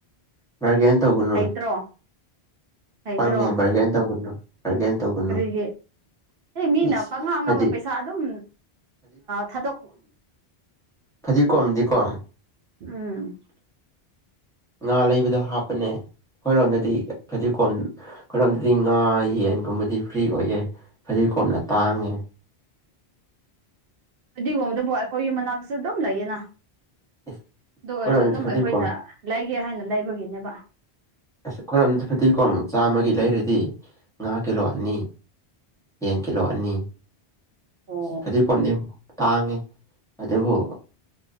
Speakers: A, in the centre; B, on the right.
A: ꯕꯔꯒꯦꯟ ꯇꯧꯒꯅꯨ
B: ꯍꯩꯇ꯭ꯔꯣ ꯍꯩꯇ꯭ꯔꯣ
A: ꯄꯪꯉꯦ ꯕꯥꯔꯒꯦꯟ ꯇꯧꯒꯥꯅꯣ ꯕꯥꯔꯒꯦꯟ ꯇꯧꯒꯅꯨ
B: ꯀꯔꯤꯒꯤ ꯑꯦ ꯃꯤꯅ
A: ꯏꯁ
B: ꯄꯉꯥ ꯑꯉꯝꯕ
A: ꯐꯗꯤ
B: ꯄꯩꯁꯥ ꯑꯗꯨꯝ ꯊꯥꯗꯣꯛ
A: ꯐꯥꯗꯤꯀꯣꯝꯗꯤ ꯀꯣ
B: ꯎꯝ
A: ꯉꯥ ꯂꯩꯕꯗ ꯍꯥꯞꯄꯅꯦ ꯑꯩꯈꯣꯏꯔꯣꯝꯗꯗꯤ ꯐꯗꯤꯒꯣꯝ ꯈꫭꯏꯔꫭꯝꯗꯗꯤ ꯉꯥ ꯌꯦꯟꯒꯨꯝꯕꯗꯤ ꯐ꯭ꯔꯤ ꯑꯣꯏꯌꯦ ꯐꯥꯗꯤꯒꯣꯝꯅ ꯇꯥꯡꯉꯦ
B: ꯐꯗꯤꯒꯣꯝꯗꯨꯕꯨ ꯑꯩꯈꯣꯏ ꯌꯨꯝ ꯃꯅꯥꯛꯇꯁꯨ ꯑꯗꯨꯝ ꯂꯩꯌꯦꯅ
A: ꯑꯁ
B: ꯑꯗꯨ
A: ꯑꯩꯈꯣꯏꯔꯣꯝꯗꯗꯤ
B: ꯑꯣꯏꯔꯁꯨ ꯑꯗꯨꯝ
A: ꯐꯗꯤꯒꯣꯝ
B: ꯑꯩꯈꯣꯏꯅ ꯂꯩꯒꯦ ꯍꯥꯏꯅ ꯂꯩꯕꯒꯤꯅꯦꯕ
A: ꯑꯁ ꯑꯈꯣꯏꯔꯝꯗ ꯐꯗꯤꯒꯣꯝ ꯆꯥꯝꯃꯒꯤ ꯂꯩꯔꯗꯤ ꯉꯥ ꯀꯤꯂꯣ ꯑꯅꯤ ꯌꯦꯟ ꯀꯤꯂꯣ ꯑꯅꯤ
B: ꯑꯣ
A: ꯐꯗꯤꯒꯣꯝꯗꯤ ꯇꯥꯡꯉꯤ ꯑꯗꯨꯕꯨ